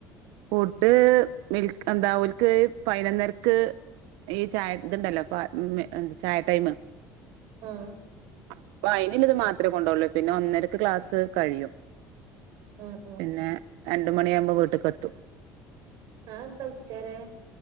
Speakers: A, on the right; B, on the right.
A: ഫുഡ് മിൽക്ക് എന്താ ഓൽക്ക് പൈനൊന്നരക്ക് ഈ ചായ ഇത്ണ്ടല്ലോ പാ ഉം എന്താ ചായ ടൈമ്
B: ആഹ്
A: അപ്പൊ അയിന്ല്ലത് മാത്രേ കൊണ്ടൊള്ളു പിന്നെ ഒന്നരക്ക് ക്ലാസ്സ് കഴിയും.
B: ആഹ് ആഹ്
A: പിന്നേ രണ്ട് മണിയാവുമ്പോ വീട്ട്ക്ക് എത്തും
B: ആഹ് ന്താ ഉച്ചവരെ